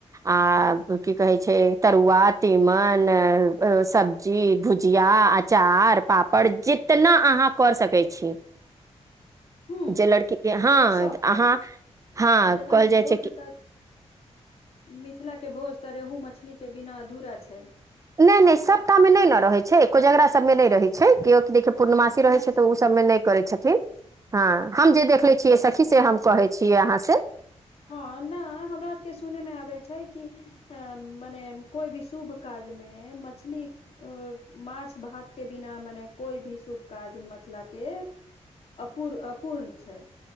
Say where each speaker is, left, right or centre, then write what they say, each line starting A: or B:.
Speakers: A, on the right; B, on the left.
A: आ की कहै छै तरुआ तीमन सब् जी भुजिया अचार पापड़ जितना आंहाँ कर सकै छी
B: हूँ
A: जे लड़की के हँ
B: सब
A: अहाँ
B: करू
A: हँ
B: आ जेना
A: कहल जाइ
B: भोज
A: छै कि
B: तऽ मिथिला के भोज तऽ रेहू मछली के बिना अधूरा छै
A: नहि नहि सपटा मे नहि न रहै छै कोजगरा सब मे नहि रहै छै केओ क देख पूर्णमासि रहै
B: अच्छा
A: छै त उ सब मे नहि करय छथिन हां हम जे देखले
B: अच्छा
A: छियै
B: अच्छा
A: सखी से हम कहै छीयै अहाँ से
B: हँ नहि हमरा के सुनय मे आबे छै कि अ मने कोई भी शुभ काज मे मछली अ माछ भात के बिना मने कोइ भी शुभ काज मेथला के अपूर अपूर्ण छै